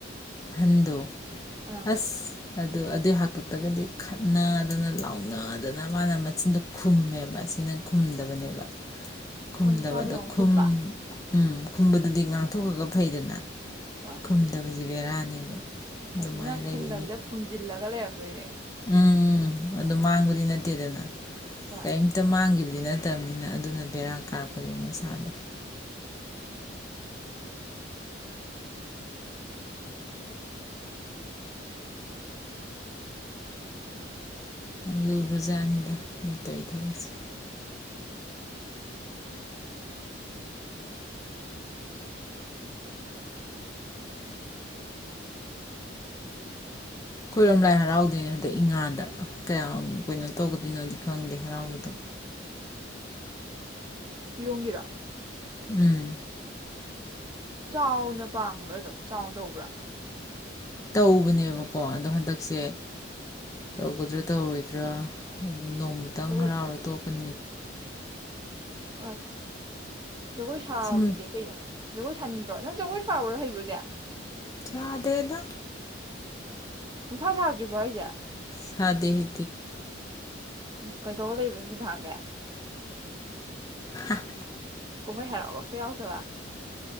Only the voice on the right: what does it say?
ꯑꯥ
ꯑꯣ ꯅꯨꯄꯥꯗꯨꯅ
ꯑꯃꯨꯛ
ꯈꯨꯝꯕ
ꯍꯣꯏ
ꯑꯁꯤꯅ
ꯈꯨꯝꯗꯕꯤꯗ ꯐꯨꯝꯖꯤꯜꯂꯒ ꯂꯩꯔꯝꯗꯣꯏꯅꯦ
ꯍꯣꯏ
ꯀꯤꯌꯣꯡꯒꯤꯔꯣ
ꯆꯥꯎꯅ ꯄꯥꯡꯕ꯭ꯔꯥꯗꯨꯝ ꯆꯥꯎ ꯇꯧꯕ꯭ꯔꯥ
ꯖꯒꯣꯏ
ꯑꯁ ꯖꯒꯣꯏ ꯁꯥꯔꯨꯁꯦ
ꯀꯩꯅꯣ ꯖꯒꯣꯏ ꯍꯟꯗ꯭ꯔꯣ ꯅꯪ ꯖꯒꯣꯏ <unintelligible> ꯍꯩꯕꯔꯣ ꯆꯦ
ꯅꯨꯡꯁꯥ ꯁꯥꯗ꯭ꯔꯤꯕꯣ ꯍꯥꯏꯖꯦ
ꯀꯩꯗꯧ ꯂꯩꯔꯤꯕ ꯅꯡꯗꯤ ꯅꯍꯥꯟꯒꯩ
ꯀꯨꯝꯍꯩ ꯍꯔꯥꯎꯒ ꯑꯝꯇ ꯌꯥꯎꯗꯕ